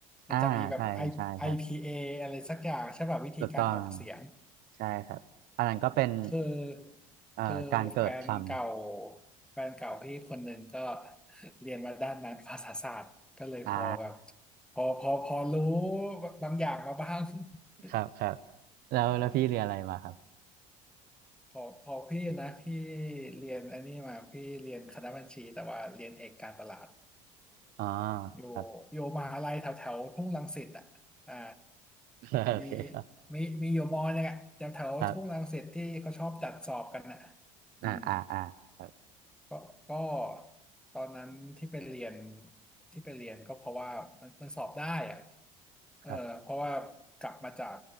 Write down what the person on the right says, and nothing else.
อ่าใช่ใช่ครับ
ถูกต้องใช่ครับอันนั้นก็เป็น
เอ่อการเกิดคำ
อ่า
ครับครับแล้วแล้วพี่เรียนอะไรมาครับ
อ๋อ
ครับ <laughs> โอเคครับ
ครับ
อ่าอ่าอ่าครับ
ครับ